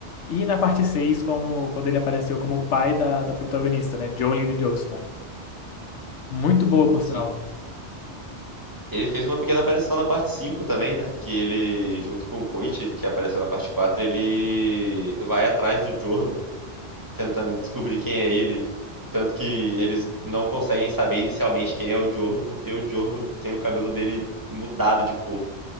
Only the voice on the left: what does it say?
E na parte 6 como, quando ele apareceu como pai da, da protagonista, né? Jolene de Joestar. Muito boa, por
sinal.